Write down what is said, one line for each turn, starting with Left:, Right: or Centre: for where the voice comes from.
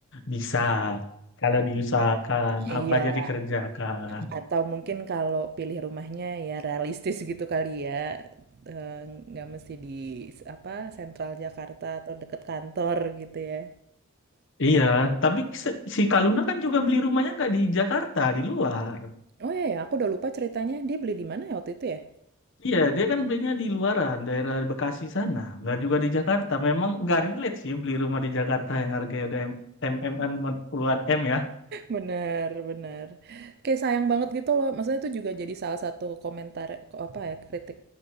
Left: bisa kalau diusahakan
Right: Iya,
Left: apa jadi kerjakan
Right: atau mungkin kalau pilih rumahnya ya realistis gitu kali ya. Eh, nggak mesti di apa sentral Jakarta atau deket kantor gitu ya.
Left: Iya, tapi se- si Kaluna kan juga beli rumahnya nggak di Jakarta, di luar.
Right: Oh iya ya, aku udah lupa ceritanya. Dia beli di mana ya waktu itu ya?
Left: Iya, dia kan belinya di luaran, daerah Bekasi sana, nggak juga di Jakarta. Memang nggak relate sih beli rumah di Jakarta yang harganya udah MMN puluhan M ya.
Right: Bener, bener. Kayak sayang banget gitu loh. Maksudnya itu juga jadi salah satu komentar ko- apa ya kritik